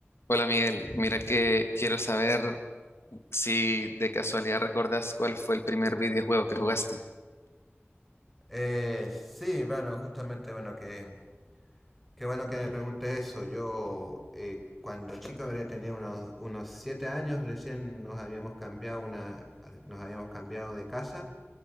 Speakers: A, on the left (about 70°); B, in the centre.
A: Hola Miguel, mira que quiero saber si de casualidad recordas cuál fue el primer videojuego que jugaste.
B: Eh, sí, bueno, justamente, bueno, que, qué bueno que me preguntes eso. Yo, eh, cuando chico habría tenido unos, unos siete años, recién nos habíamos cambiado una, nos habíamos cambiado de casa